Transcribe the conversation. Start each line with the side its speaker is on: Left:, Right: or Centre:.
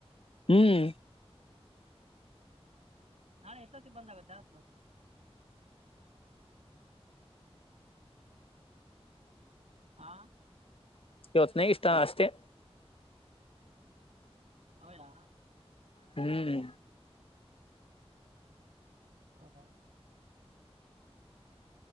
Left: ಹ್ಮ್
Right: ನಾೆ ಎ ಸತಿ ಬಂದ್ ಆಾಗುತ್ತ ಜಾಸ್ ಹಾ
Left: ಇವತ್ತನೇ ಇಷ್ಟ ಅಷ್ಟೇ
Right: ಹೌದಾ
Left: ಹ್ಮ್
Right: ಹ ಹ